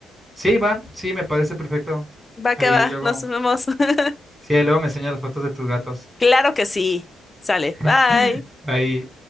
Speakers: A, in the centre; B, on the left (about 25°).
A: Sí, va, sí, me parece perfecto.
B: Va
A: Ahí
B: que va,
A: luego.
B: nos vemos. <laughs>
A: Sí, ahí luego me enseñas las fotos de tus gatos.
B: Claro que sí. Sale, bye.
A: <laughs> Ahí,